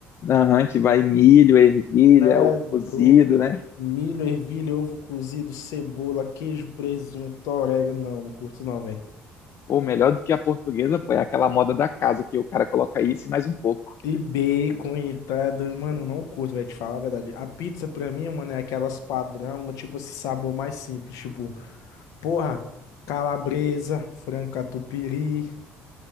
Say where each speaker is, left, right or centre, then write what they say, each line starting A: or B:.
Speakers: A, on the left; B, on the left.
A: Aham, que vai milho, ervilha,
B: É
A: ovo
B: dura.
A: cozido, né?
B: Milho, ervilha, ovo cozido, cebola, queijo, presunto, orégano. Não, não curto, não, velho.
A: Ou melhor do que a portuguesa, pô, é aquela moda da casa que o cara coloca isso e mais um pouco.
B: E bacon e tá doido. Mano, eu não curto, velho, te falar a verdade. A pizza pra mim, mano, é aquelas padrão, tipo esse sabor mais simples. Tipo, porra, calabresa, frango catupiry.